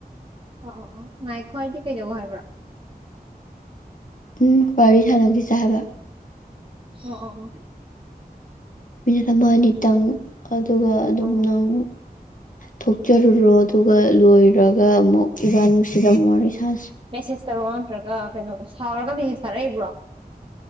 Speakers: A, on the right; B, on the left.
A: ꯑꯣ ꯑꯣ ꯑꯣ ꯉꯥꯏꯈꯣ ꯍꯥꯏꯗꯤ ꯀꯩꯗꯧ ꯍꯥꯏꯕ꯭ꯔꯥ
B: ꯎꯝ ꯋꯥꯔꯤ ꯁꯥꯅꯒꯤꯁꯦ ꯍꯥꯏꯕ
A: <unintelligible>
B: ꯃꯤꯅꯤꯠ ꯑꯃ ꯑꯅꯤꯇꯪ ꯑꯗꯨꯒ ꯑꯗꯨꯝ
A: ꯑꯣ
B: ꯅꯪ ꯊꯣꯛꯆꯔꯨꯔꯣ ꯑꯗꯨꯒ ꯂꯣꯏꯔꯒ ꯑꯃꯨꯛ ꯏꯕꯥꯥꯟꯅꯤ ꯁꯤꯗꯃꯨꯛ ꯋꯥꯔꯤ ꯁꯥꯟꯅ
A: ꯃꯦꯁꯦꯖꯇꯔꯣ ꯅꯠꯇ꯭ꯔꯒ ꯀꯩꯅꯣꯗꯣ ꯁꯥꯎꯔꯒ ꯃꯦꯁꯦꯖ ꯊꯥꯔꯛꯏꯕ꯭ꯔꯣ